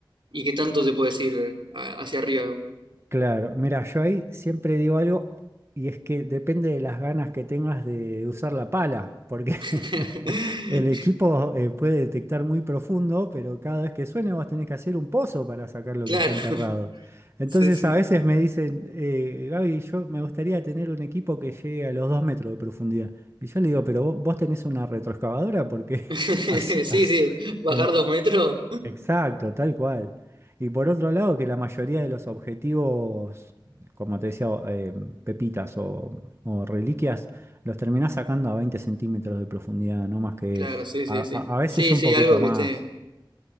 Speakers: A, on the right; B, on the right.
A: ¿Y qué tanto se puede decir eh, hacia arriba?
B: Claro, mira, yo ahí siempre digo algo y es que depende de las ganas que tengas de usar la pala, porque <laughs>
A: <laughs>
B: el equipo eh, puede detectar muy profundo, pero cada vez que suene vos tenés que hacer un pozo para sacar lo
A: Claro,
B: que está enterrado. Entonces
A: sí, sí.
B: a veces me dicen, eh, Gaby, yo me gustaría tener un equipo que llegue a los dos metros de profundidad. Y yo le digo, pero vos, vos tenés una retroexcavadora porque
A: <laughs>
B: <laughs> has,
A: Sí,
B: has-
A: sí, bajar
B: en-
A: dos metros.
B: Exacto, tal cual. Y por otro lado, que la mayoría de los objetivos, como te decía, o, eh, pepitas o, o reliquias, los terminás sacando a 20 centímetros de profundidad, no más que
A: Claro,
B: eso.
A: sí, sí,
B: A, a-
A: sí.
B: a veces
A: Sí,
B: un
A: sí,
B: poquito
A: algo
B: más.
A: que esté.